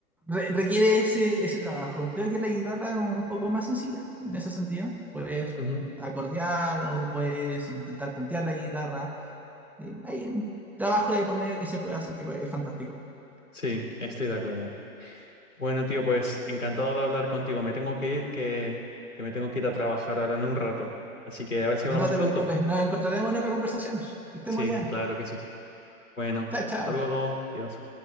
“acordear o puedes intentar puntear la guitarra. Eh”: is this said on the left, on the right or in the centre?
Centre